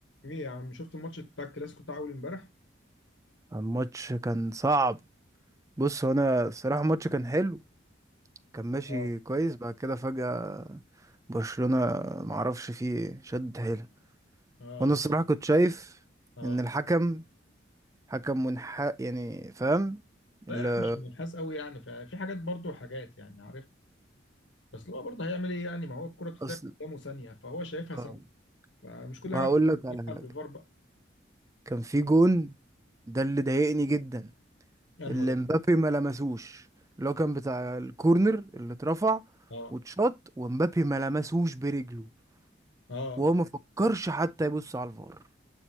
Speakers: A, on the left (about 75°); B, on the right (about 15°).
A: ايه يا عم شفت الماتش بتاع الكلاسيكو بتاع اول امبارح
B: الماتش كان صعب بص هو انا الصراحه الماتش كان حلو كان ماشي
A: اه
B: كويس بعد كده فجأة برشلونة معرفش فيه ايه شد حيلها
A: اه
B: وانا الصراحه كنت شايف
A: اه
B: ان الحكم حكم منحاز يعني فاهم
A: لا
B: اللي
A: يا عم مش منحاز قوي يعني ففي حاجات برضه وحاجات يعني عارف بس هو برضه هيعمل ايه يعني ما هو الكرة بتتلعب
B: اصل
A: قدامه ثانية فهو شايفها
B: اه
A: ثانية فمش كل
B: وهقول
A: حاجة
B: لك على
A: بتتلعب
B: حاجه
A: بالفار بقى
B: كان في جون ده اللي ضايقني جدا
A: يعني
B: اللي
A: هو ده
B: مبابي ما لمسوش اللي هو كان بتاع الكورنر اللي اترفع
A: اه
B: واتشاط ومبابي ما لمسوش برجله
A: اه
B: وهو ما فكرش حتى يبص على الفار